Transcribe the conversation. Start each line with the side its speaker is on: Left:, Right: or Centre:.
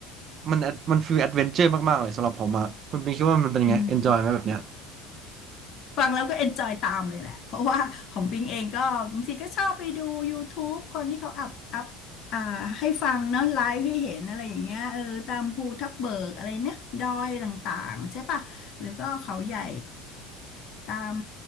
Right: มัน ad- มันฟีลแอดเวนเจอร์มากๆเลยสำหรับผมอะคุณปิงคิดว่ามันเป็นยังไงเอนจอยไหมแบบเนี้ย
Left: น ฟังแล้วก็เอนจอยตามเลยแหละ เพราะว่าของปิงเองก็บางทีก็ชอบไปดู YouTube คนที่เขาอัพอัพอ่าให้ฟังเนาะไลฟ์ให้เห็นอะไรอย่างเงี้ยเออตามภูทับเบิกอะไรเนี่ยดอยต่างๆใช่ปะหรือก็เขาใหญ่ตาม